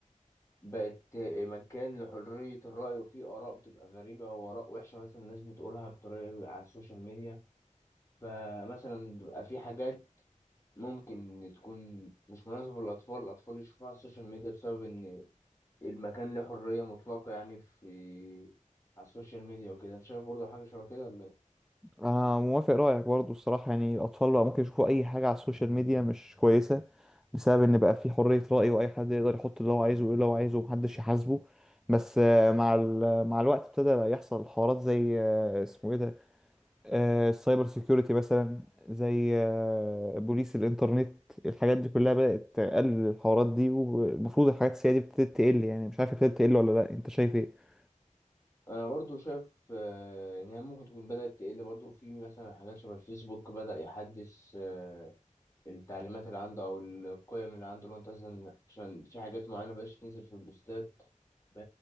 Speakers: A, on the left; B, in the centre.
A: بقت مكان لحرية الرأي وفيه آراء بتبقى غريبة وآراء وحشة مثلا الناس بتقولها بطريقة على السوشيال ميديا فمثلا بيبقى في حاجات ممكن تكون مش مناسبة للأطفال الأطفال يشوفوها على السوشيال ميديا بسبب إن المكان له حرية مطلقة يعني في على السوشيال ميديا وكده انت شايف برضو حاجة شبه كده ولا ايه؟
B: أنا موافق رأيك برضو الصراحة يعني الأطفال بقى ممكن يشوفوا أي حاجة على السوشيال ميديا مش كويسة بسبب إن بقى في حرية رأي وأي حد يقدر يحط اللي هو عايزه ويقول اللي هو عايزه ومحدش يحاسبه بس آه، مع ال- مع الوقت ابتدى بقى يحصل حوارات زي آه، اسمه إيه ده آه، السايبر سيكيورتي مثلا زي آه، بوليس الإنترنت الحاجات دي كلها بدأت تقلل الحوارات دي والمفروض الحاجات السيئة دي ابتدت تقل يعني مش عارف ابتدت تقل ولا لأ أنت شايف إيه؟
A: انا برضو شايف آه، ان هي ممكن تكون بدأت تقل برضو في مثلا حاجات شبه الفيسبوك بدأ يحدث آه، التعليمات اللي عنده او القيم اللي عنده لو انت مثلا عشان في حاجات معينة مبقاش تنزل في البوستات ب-